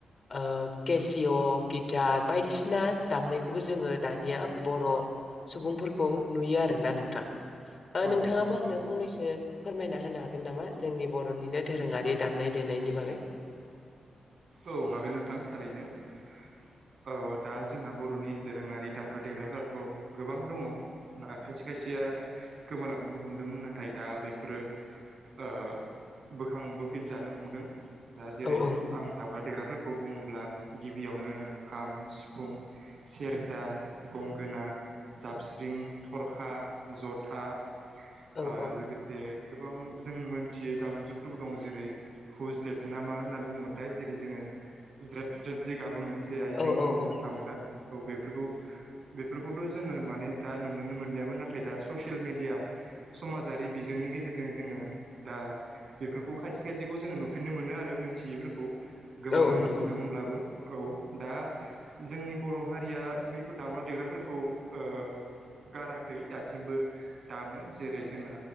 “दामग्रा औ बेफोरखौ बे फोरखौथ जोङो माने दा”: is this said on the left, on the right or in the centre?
Right